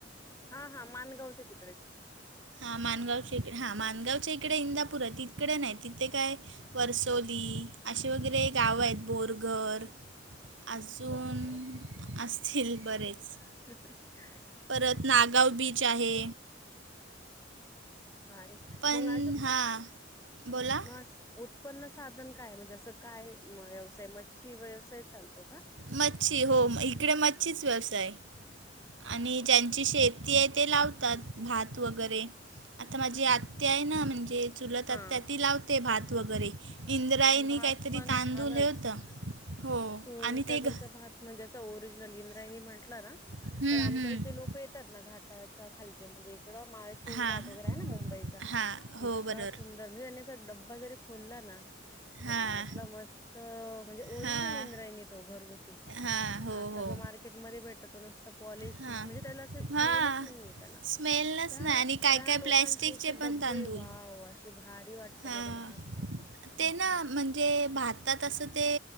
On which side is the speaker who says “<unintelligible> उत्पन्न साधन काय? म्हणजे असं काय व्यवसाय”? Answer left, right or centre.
Left